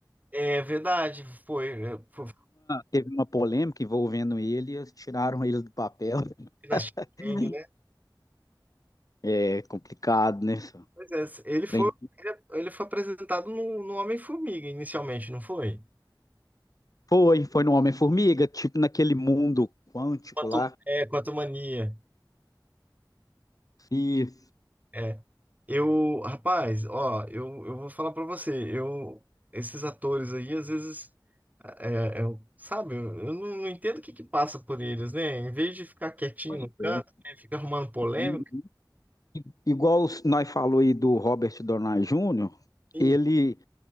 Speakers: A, on the right (about 20°); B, on the left (about 50°).
A: É verdade, foi, é, foi
B: Teve uma polêmica envolvendo ele, e eles tiraram ele do papel. <laughs>
A: na Chang, né?
B: É complicado, né? só?
A: Pois é, ele foi,
B: Trem-
A: ele, ele foi apresentado no, no Homem-Formiga inicialmente, não foi?
B: Foi, foi no Homem-Formiga, tipo naquele mundo quântico
A: Quanto,
B: lá.
A: é, quanto mania.
B: E
A: É. Eu, rapaz, ó, eu, eu vou falar pra você, eu, esses atores aí, às vezes, é, é, eu, sabe, eu, eu não, não entendo o que que passa por eles, né? Em vez de ficar quietinho
B: Pois
A: no canto,
B: é.
A: né, fica arrumando polêmica.
B: Uhum. Igual os- nós falou aí do Robert Downey Jr.,
A: assim,
B: ele,